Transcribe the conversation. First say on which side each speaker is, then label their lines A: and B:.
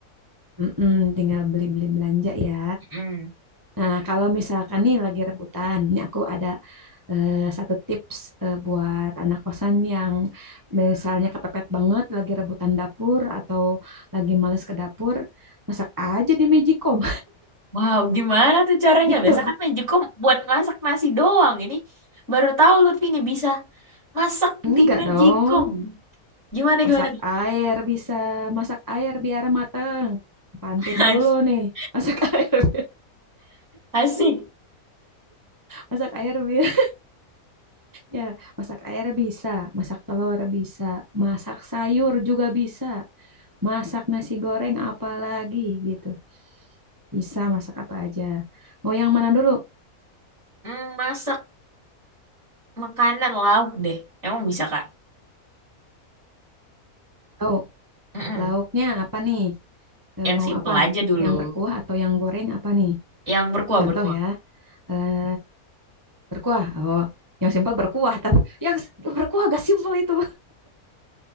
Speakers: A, on the right; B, on the right.
A: Mm-mm, tinggal beli-beli belanja ya.
B: Mm.
A: Nah, kalau misalkan nih lagi rebutan, ini aku ada eh, satu tips eh, buat anak kosan yang misalnya kepepet banget lagi rebutan dapur atau lagi males ke dapur, masak aja di Magicom
B: Wow, gimana tuh caranya?
A: <laughs> gitu.
B: Biasa kan Magicom buat masak nasi doang. Ini baru tahu Lutfi ini bisa masak
A: Enggak
B: di Magicom.
A: dong,
B: Gimana,
A: masak
B: gimana?
A: air bisa, masak air biar mateng. Pantun
B: Kak?
A: dulu
B: <laughs>
A: nih, masak <laughs> air,
B: Asik.
A: masak air biar ya, masak air bisa, masak telur bisa, masak sayur juga bisa. masak nasi goreng apa lagi gitu. Bisa masak apa aja. Mau yang mana dulu?
B: Mm, masak makanan lauk deh. Emang bisa, Kak?
A: Lauk.
B: Mm-mm.
A: Lauknya apa nih? Eh,
B: Yang
A: mau
B: simple
A: apa?
B: aja dulu.
A: Yang berkuah atau yang goreng apa nih?
B: Yang berkuah,
A: Contoh
B: berkuah.
A: ya, eh, berkuah. Oh, yang simpel berkuah, tapi yang s- berkuah gak simpel itu.